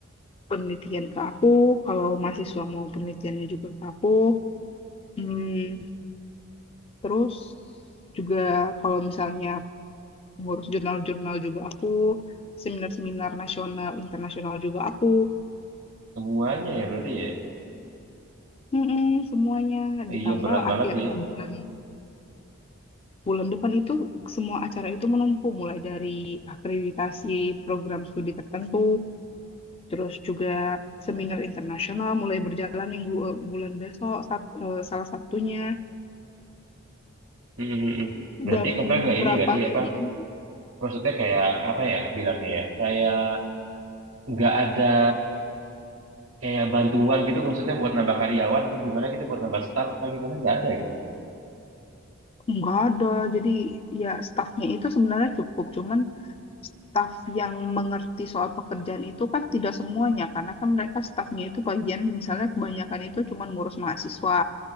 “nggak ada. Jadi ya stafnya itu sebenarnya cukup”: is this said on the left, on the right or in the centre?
Left